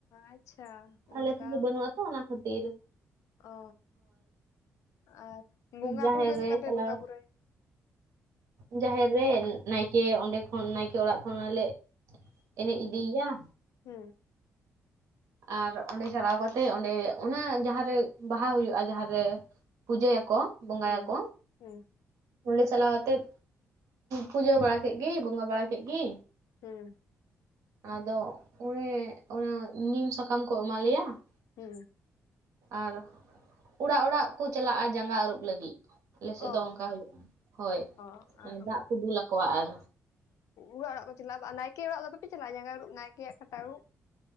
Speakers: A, on the left; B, on the right.
A: ᱟᱪᱪᱷᱟ᱾
B: ᱟᱞᱮ
A: ᱚᱱᱠᱟ
B: ᱥᱮᱱ ᱫᱚ ᱵᱟᱹᱱᱩᱜ-ᱟ ᱛᱚ ᱚᱱᱟ ᱠᱷᱟᱹᱛᱤᱨ ᱾
A: ᱚ ᱟᱨ ᱵᱚᱸᱜᱟ
B: ᱡᱟᱦᱮᱨ
A: ᱵᱩᱨᱩ ᱫᱚ ᱪᱮᱫᱠᱟ
B: ᱨᱮ
A: ᱯᱮ
B: ᱪᱟᱞᱟᱣ
A: ᱵᱚᱸᱜᱟ ᱵᱩᱨᱩᱭᱟ?
B: ᱡᱟᱦᱮᱨ ᱨᱮ ᱱᱟᱭᱠᱮ ᱚᱸᱰᱮ ᱠᱷᱚᱱ ᱱᱟᱭᱠᱮ ᱚᱲᱟᱜ ᱠᱷᱚᱱᱟᱞᱮ ᱮᱱᱮᱡ ᱤᱫᱤᱭᱟ ᱾
A: ᱦᱩᱸ᱾
B: ᱟᱨ ᱚᱸᱰᱮ ᱪᱟᱞᱟᱣ ᱠᱟᱛᱮ ᱚᱸᱰᱮ ᱚᱱᱟ ᱡᱟᱦᱟᱸ ᱨᱮ ᱵᱟᱦᱟ ᱦᱩᱭᱩᱜ-ᱟ ᱡᱟᱦᱟᱸᱨᱮ ᱯᱩᱡᱟᱹ ᱭᱟᱠᱚ ᱵᱚᱸᱜᱟ
A: ᱦᱩᱸ
B: ᱭᱟᱠᱚ
A: ᱦᱩᱸ
B: ᱚᱸᱰᱮ ᱪᱟᱞᱟᱣᱛᱮᱫ ᱯᱩᱡᱟᱹ ᱵᱟᱲᱟ ᱠᱮᱫ ᱜᱤ ᱵᱚᱸᱜᱟ ᱵᱟᱲᱟ ᱠᱮᱫ ᱜᱤ
A: ᱦᱩᱸ᱾
B: ᱟᱫᱚ ᱚᱱᱮ ᱚᱱᱟ ᱱᱤᱢ ᱥᱟᱠᱟᱢ ᱠᱚ ᱮᱢᱟ ᱞᱮᱭᱟ ᱾
A: ᱦᱩᱸ᱾
B: ᱟᱨ ᱚᱲᱟᱜ ᱚᱲᱟᱜ ᱠᱩ ᱪᱟᱞᱟᱜᱼᱟ ᱡᱟᱸᱜᱟ ᱟᱹᱨᱩᱵ ᱞᱟᱹᱜᱤᱫ ᱾ ᱟᱞᱮᱥᱮᱫ
A: ᱚ
B: ᱫᱚ ᱚᱱᱠᱟ ᱦᱩᱭᱩᱜ-ᱟ ᱦᱳᱭ
A: ᱚ
B: ᱢᱟᱱᱮ
A: ᱟᱨ
B: ᱫᱟᱜ ᱠᱚ ᱫᱩᱞ ᱟᱠᱚᱣᱟ ᱟᱨ
A: ᱚᱲᱟᱜ ᱚᱲᱟᱜ ᱠᱚ ᱪᱟᱞᱟᱜᱼᱟ ᱟᱨ ᱱᱟᱭᱠᱮ ᱚᱲᱟᱜ ᱫᱚ ᱵᱟᱯᱮ ᱪᱟᱞᱟᱜᱼᱟ ᱡᱟᱸᱜᱟ ᱟᱸᱨᱩᱵ ᱱᱟᱭᱠᱮᱭᱟᱜ ᱠᱟᱴᱟ ᱟᱹᱨᱩᱵ?